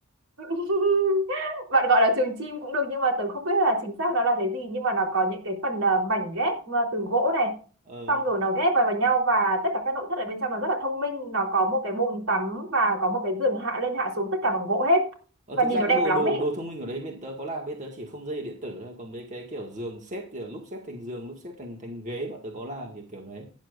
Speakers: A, on the right; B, on the right.
A: <laughs> bạn gọi là trường chim cũng được nhưng mà tớ không biết là chính xác nó là cái gì nhưng mà nó có những cái phần à, mảnh ghép à, từ gỗ này
B: ờ
A: xong rồi nó ghép vào vào nhau và tất cả các nội thất ở bên trong nó rất là thông minh nó có một cái bồn tắm và có một cái giường hạ lên hạ xuống tất cả bằng gỗ hết
B: Ờ,
A: và
B: thực
A: nhìn
B: ra
A: nó
B: cái
A: đẹp
B: đồ
A: lắm
B: đồ
A: ý
B: đồ thông minh ở đấy bên tớ có là bên tớ chỉ không dây điện tử thôi còn mấy cái kiểu giường xếp kiểu lúc xếp thành giường lúc xếp thành thành ghế bọn tớ có làm kiểu kiểu đấy